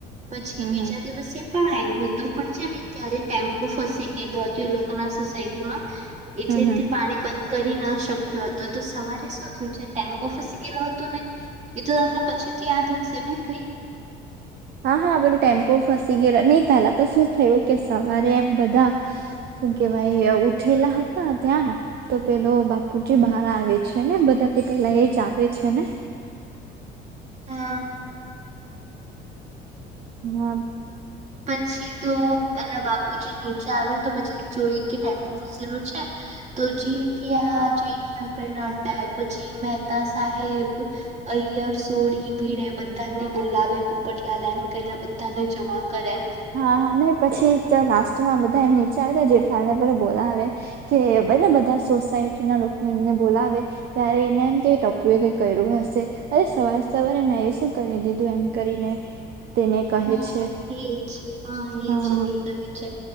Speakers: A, on the right (about 35°); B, on the right (about 55°).
A: પછી
B: હમ
A: બીજા
B: હમ
A: દિવસે પણ આવ્યું હતું પણ છે ને ત્યારે ટેમ્પુ ફસી ગયેું હતું એ લોકોના સોસાયટી માં એટલે
B: હમ હમ
A: તે પાણી બંધ કરી ના શક્યો હતો તો સવારે શું થયું છે ટેમ્પો ફસી ગયલો હતો ને એ તો તમને પછી થી યાદ હશે ને કઈ
B: હા હા બધું ટેમ્પો ફસી ગયેલો નહી પેલા તો શું થયું કે સવારે એમ બધા શું કેવાાઈ ઉઠેલા હતા ત્યાં તો પેલો બાપુજી બહાર આવે છે ને બધાથી પેલા એ જ આવે છે ને હમ
A: અ
B: હમ
A: પછી તો એલા બાપુજી નીચે આવ્યું તો પછી જોઈ કે ટેમ્પુ વસેલું છે. તો જેઠી જેઠિયા કને અડડા પછી પછી મહેતા સાહેબ અયર સોળી બીડે બધાને બોલાવે પોપટલા લાઈમ કહીને બધાને જમા કરે
B: હા હા નહી પછી તો લાસ્ટમાં બધા એમ નીચે આવે જેઠાલ ને પ બોલા આવે કે બધા બધા સોસાયટી ના લોકો એમને બોલાવે ત્યારે એને એમ કે ટપુ એ કઈ કર્યું હશે અરે સવારે સવારે મેં એ શું કરી દીધું એમ કરીને તેને કહે
A: હા
B: છે
A: એજ હા એજ
B: હા
A: નીકળે છે